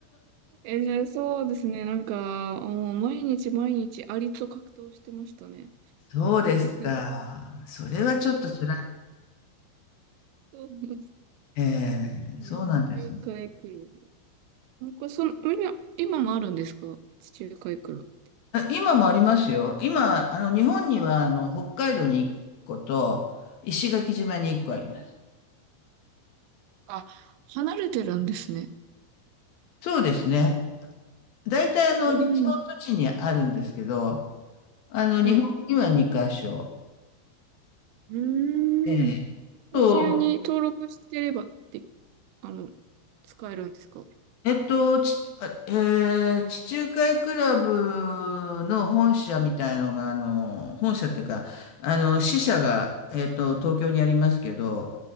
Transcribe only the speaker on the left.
そうですか。
それはちょっと辛い。
ええそうなんですね。
あ今もありますよ。今、あの、日本には、あの、北海道に1個と、石垣島に1個あります。
そうですね。大体、
あの、リゾート地にあるんですけど、あの、
日本には2箇所。
ええと、
えっと、ち、あえー地中海クラブの本社みたいのが、あの、本社っていうか、あの、支社が、えっと、東京にありますけど、